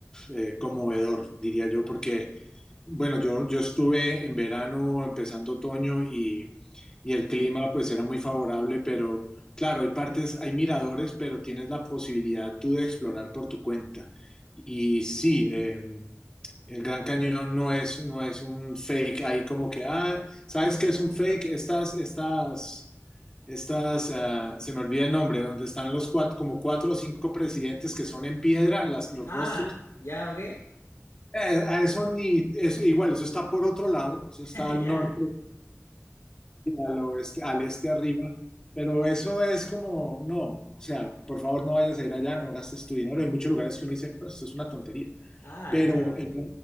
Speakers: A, on the left; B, on the left.
A: eh, conmovedor, diría yo, porque, bueno, yo, yo estuve en verano, empezando otoño y, y el clima pues era muy favorable, pero claro, hay partes, hay miradores, pero tienes la posibilidad tú de explorar por tu cuenta. Y sí, eh, el Gran Cañón no es, no es un fake ahí como que, ah, ¿sabes qué es un fake? Estas, estas, estas, ah, se me olvida el nombre, donde están los cuatro, como cuatro o cinco presidentes que son en piedra, las, los
B: Ah,
A: rostros
B: Ya, ok.
A: eh, a eso ni, es, igual, eso está por otro lado, eso
B: <laughs>
A: está al
B: ya.
A: norte, al oeste, al este arriba, pero eso es como, no, o sea, por favor no vayas a ir allá, no gastes tu dinero. Hay muchos lugares que uno dice, pues esto es una tontería,
B: Ah,
A: pero
B: ya, ok.
A: el-